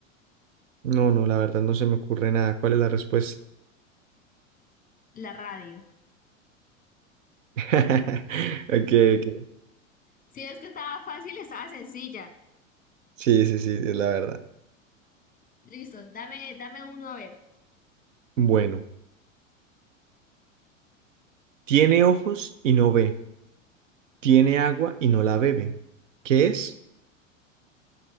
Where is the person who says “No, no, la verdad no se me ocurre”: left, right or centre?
Right